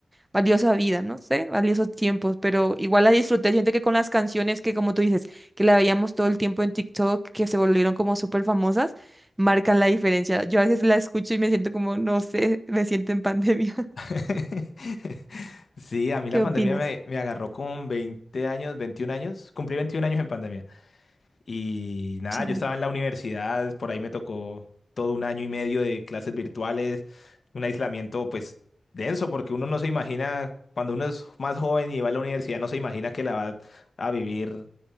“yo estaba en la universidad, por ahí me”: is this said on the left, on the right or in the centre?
Left